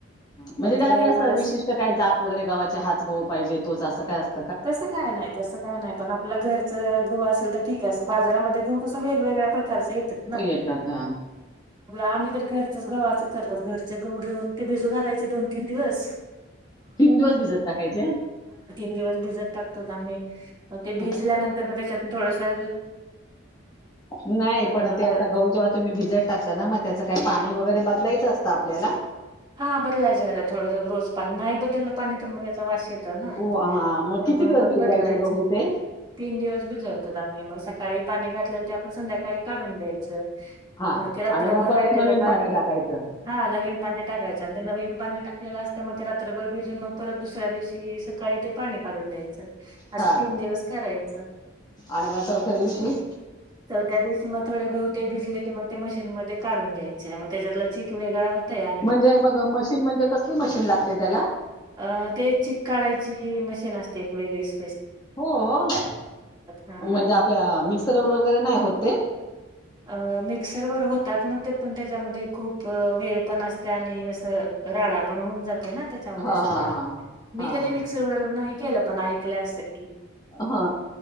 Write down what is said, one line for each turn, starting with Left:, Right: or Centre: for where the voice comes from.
Left: म्हणजे
Right: मग
Left: त्याला
Right: ते
Left: काय असं
Right: थोडंसं
Left: विशिष्ट काय जात वगैरे गाव्हाचे हाच गहू पाहिजे तोच असं काय असत.
Right: तसं काय नाही तसं काय नाही पण आपल घरच गहु असेल तर ठीक बाजारामध्ये गहू कसं वेगवेगळ्या पद्धतीच खर्चाय येतेत ना
Left: येतात हां.
Right: आम्ही तर घरच्याच गव्हाचं करतात ते घरचं गहू घेऊन भिजू घालायचे दोन-तीन दिवस
Left: तीन दिवस भिजत टाकायचे
Right: तीन दिवस भिजत टाकतोत आम्ही मग ते
Left: हं.
Right: भिजल्यानंतर त्याच्यात थोडसा
Left: नाही पण
Right: मग
Left: ते आता
Right: परत
Left: गह जेव्हा तुम्ही भिजत टाकता ना मग त्याचं काय पाणी वगैरे बदलायचं असतं आपल्याला
Right: हा बदलायचं ना थोडं पाणी नाही बदललं तर मग त्याचा वास येतो येतो ना
Left: ओ हां, मग
Right: त्यामुळे
Left: किती दिवस
Right: मग
Left: भिजवायचे
Right: बदलायचं
Left: गहू ते?
Right: तीन दिवस भिजत होता आम्ही मग सकाळी पाणी घातल्यावर संध्याकाळी काढून द्यायचं
Left: हां.
Right: ते रात्रभर
Left: आणि मग परत
Right: राहिलेलं
Left: नवीन
Right: पाणी
Left: टाकायचं.
Right: हा नवीन पाण्या टाकायचं आणि ते नवीन पाणी टाकलेलं असते मग ते रात्रभर भिजून मग परत दुसऱ्या दिवशी काळी ते पाणी काढून द्यायचं असं
Left: हां.
Right: तीन दिवस करायचं
Left: आणि मग चौथ्या दिवशी
Right: च त्या दिवशी मग थोडे गहू ते भिजले की मग ते मशीन मध्ये काढून घ्यायचे आणि मग त्याचा चीक वेगळा होतंय
Left: म्हणजे मग मशीन म्हणजे कसली मशीन लागते त्याला
Right: अ ते चीक काढायची मशीन असते एक वेगळीच
Left: हो म्हणजे
Right: हा.
Left: आपल्या मिक्सरवर वगैरे नाही होते ते
Right: अ मिक्सर वर होतात म्हणत पण त्याच्यामध्ये खूप वेळ पण असते आणि असं राडा पण होऊन जात त्याच्यामध्ये
Left: हां,
Right: सगळं
Left: हां, हां.
Right: मी
Left: हां,
Right: कधी मिक्सर वर नाही केलं पण ऐकलंय असेल
Left: हा